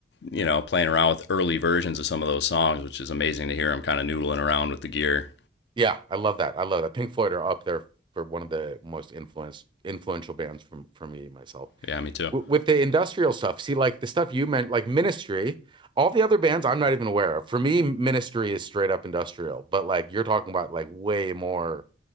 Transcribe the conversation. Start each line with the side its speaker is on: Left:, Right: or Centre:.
Left: you know playing around with early versions of some of those songs, which is amazing to hear him kind of noodling around with the gear.
Right: yeah, I love that. I love that. Pink Floyd are up there for one of the most influenced influential bands from for me myself.
Left: Yeah, me too.
Right: w- with the industrial stuff. See, like the stuff you meant, like Ministry, all the other bands I'm not even aware of. For me, Ministry is straight up industrial, but like you're talking about like way more